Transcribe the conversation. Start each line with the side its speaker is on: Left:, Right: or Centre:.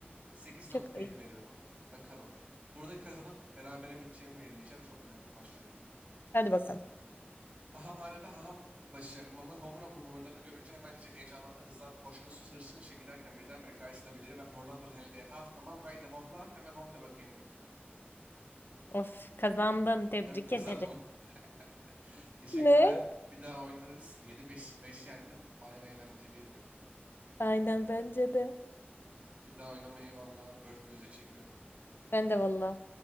Right: sekiz
Left: Çok
Right: nokta yedi
Left: iyi.
Right: veriyorum. Bakalım. Burada kazanıp berabere biteceğimi belirleyeceğim. Çok önemli. Başlıyorum.
Left: Hadi bakalım.
Right: Hahamhanede haham başı hamamı homur homur homurdanı görünce hemen diyecek heyecanlandı, hızlandı, hoşnutsuz hırçın için giderken birdenbire karşısına beliriven Hollandalı Helga'ya ha tamam haydi hohla hemen hoh de bakayım dedi.
Left: Of kazandın
Right: E,
Left: tebrik
Right: tabii kazandım.
Left: ederim.
Right: <laughs> Teşekkürler.
Left: Ne?
Right: Bir daha oynarız. 7-5 5 yendim. Bayağı eğlenceliydi.
Left: Aynen bence de.
Right: Bir daha oynamayı valla dört gözle çekiyorum.
Left: Ben de valla.